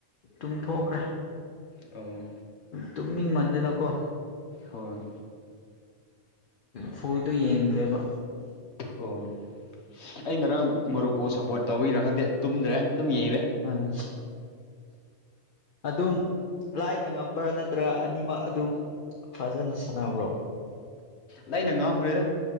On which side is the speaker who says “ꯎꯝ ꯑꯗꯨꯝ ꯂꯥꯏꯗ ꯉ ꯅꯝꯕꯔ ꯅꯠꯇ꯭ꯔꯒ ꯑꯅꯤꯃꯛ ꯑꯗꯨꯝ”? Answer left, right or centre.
Left